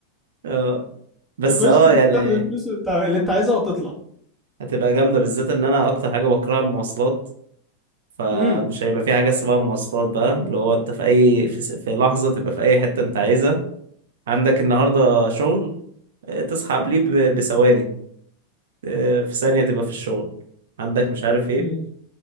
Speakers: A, on the right (about 60°); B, in the centre.
A: اه بس
B: تخش
A: اه
B: تس-
A: يعني
B: تاخد الفلوس اللي أنت اللي أنت عايزها وتطلع
A: هتبقى جامدة بالذات ان انا اكتر حاجة بكرهها المواصلات فمش
B: امم
A: هيبقى في حاجة اسمها مواصلات بقى اللي هو انت في اي في, س- في لحظة تبقى في اي حتة انت عايزها عندك النهاردة شغل اه، تصحى قبليه ب- بثواني اه، في ثانية تبقى في الشغل عندك مش عارف ايه
B: أمم.